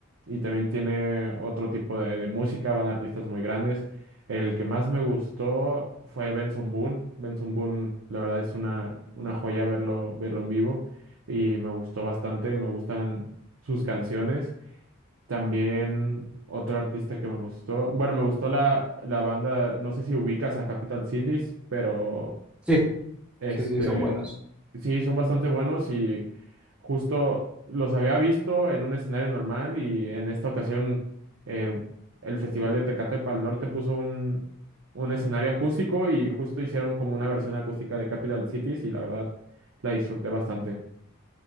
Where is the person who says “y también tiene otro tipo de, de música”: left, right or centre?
Right